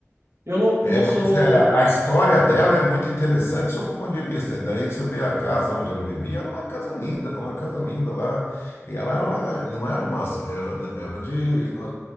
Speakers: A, on the right (about 65°); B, on the left (about 55°).
A: Eu não,
B: É,
A: não
B: mas
A: sou.
B: é, a história dela é muito interessante sob o ponto de vista. né? Daí você vê a casa onde ela vivia, era uma casa linda, uma casa linda lá. E ela era uma- não era uma, era, era de, uma,